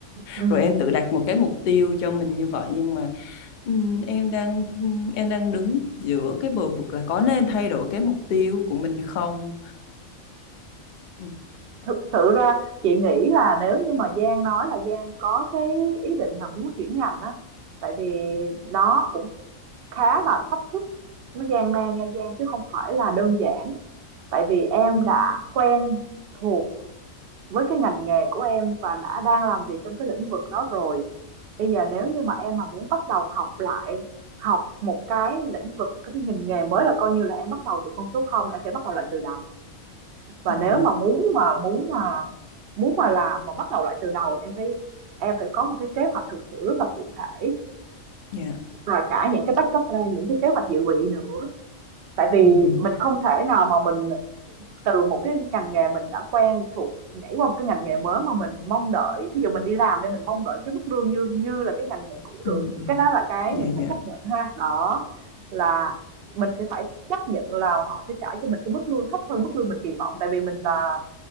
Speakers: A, on the right; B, on the left.
A: ừ
B: rồi em tự đặt một cái mục tiêu cho mình như vậy nhưng mà Ừm, em đang em đang đứng giữa cái bờ vực là có nên thay đổi cái mục tiêu của mình không. Ừm,
A: Thực sự ra chị nghĩ là nếu như mà Giang nói là Giang có cái ý định là muốn chuyển ngành á, tại vì nó cũng khá là thách thức, nó gian nan nha Giang chứ không phải là đơn giản. Tại vì em
B: ừm,
A: đã quen thuộc với cái ngành nghề của em và đã đang làm việc trong cái lĩnh vực đó rồi. Bây giờ nếu như mà em mà muốn bắt đầu học lại, học một cái lĩnh vực, cái ngành nghề mới là coi như là em bắt đầu từ con số không, em phải bắt đầu lại từ đầu và
B: Dạ,
A: nếu mà muốn mà muốn mà muốn mà làm mà bắt đầu lại từ đầu là em phải em phải có một cái kế hoạch thực sự rất là cụ thể
B: dạ.
A: và cả những cái backup plan những cái kế hoạch dự bị nữa tại vì
B: Ừm,
A: mình không thể nào mà mình từ một cái ngành nghề mình đã quen thuộc nhảy qua một cái ngành nghề mới mà mình mong đợi ví dụ mình đi làm nên mình mong đợi cái mức lương như như là cái ngành nghề cũ
B: ừm,
A: được
B: ừm.
A: cái đó là cái
B: Dạ,
A: mình phải
B: dạ.
A: chấp nhận ha đó là mình sẽ phải chấp nhận là họ sẽ trả cho mình cái mức lương thấp hơn mức lương mình kỳ vọng tại vì mình là